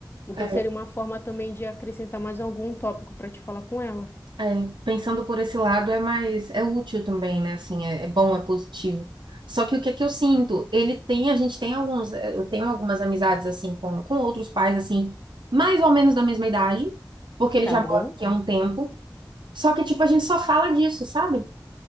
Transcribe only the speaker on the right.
é,
é. Pensando por esse lado é mais, é útil também, né? Assim, é, é bom, é positivo. Só que o que é que eu sinto? Ele tem, a gente tem alguns, eh, eu tenho algumas amizades assim com, com outros pais assim, mais ou menos da mesma idade, porque ele
já
mora aqui há um tempo. Só que tipo a gente só fala disso, sabe?